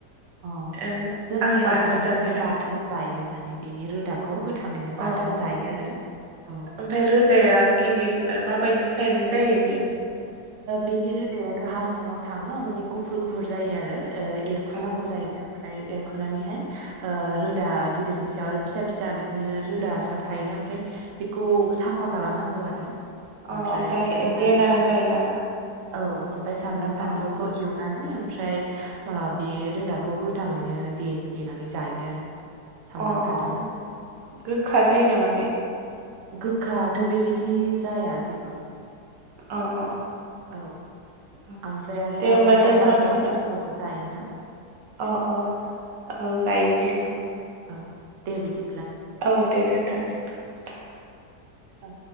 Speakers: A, on the right; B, on the right.
A: अ
B: ओ,
A: जोंनियाव
B: आं बाथोन
A: बांसिन
B: जाफेराखै
A: बाथोन जायो। माने बेनि रोदाखौ। गोथाङैनो
B: अ
A: बाथोन
B: अ
A: जायो आरो औ
B: ओमफ्राय रोदाया गिदिर माबायदि? टाइपनि जायो बे?
A: बेनि रोदायाथ' हा सिङाव थाङो माने गुफुर गुफुर जायो आरो। एरखुनांगौ
B: औ
A: जायो। ओमफ्राय एरखुनानैहाय, रोदा गिदिरनि सायाव आरो फिसा फिसा बिदिनो रोदा सा थायो ओमफ्राय बेखौ साफा खालामनांगौ आरो। ओमफ्राय
B: अ ओमफफ्राय
A: सुनानै
B: देनानै
A: लानांगौ
B: जायो
A: बेयाव।
B: नामा?
A: औ। ओमफफ्राय सामब्राम
B: अ
A: फानलुखौ
B: अ
A: एवनानै। ओमफ्राय बे रोदाखौ गोथाङैनो देनानै जायो आरो। सामब्राम
B: अ
A: फानलुजोंहाय
B: अ गोखा जायो नामा बे?
A: गोखााथ' बेबायदि जाया जेबो।
B: अ अ।
A: औ।
B: अ
A: ओमफ्राय आरो
B: दे होमबा
A: अन्थाइ
B: दोनथ'नोसै
A: बाजाबफोरखौबो
B: ना
A: जायोना।
B: अ अ औ जायो बेखौ।
A: औ दे बिदि
B: औ दे दोनथ'सै।
A: औ।